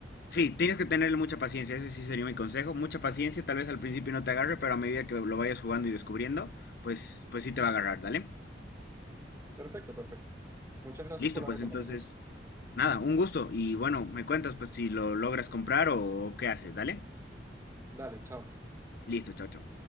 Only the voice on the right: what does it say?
Perfecto, perfecto. Muchas gracias
por la
recomendación.
Dale, chao.